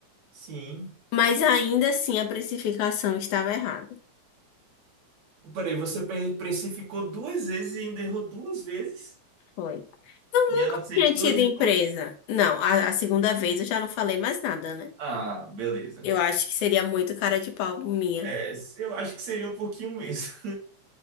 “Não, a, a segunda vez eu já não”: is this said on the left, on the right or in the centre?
Left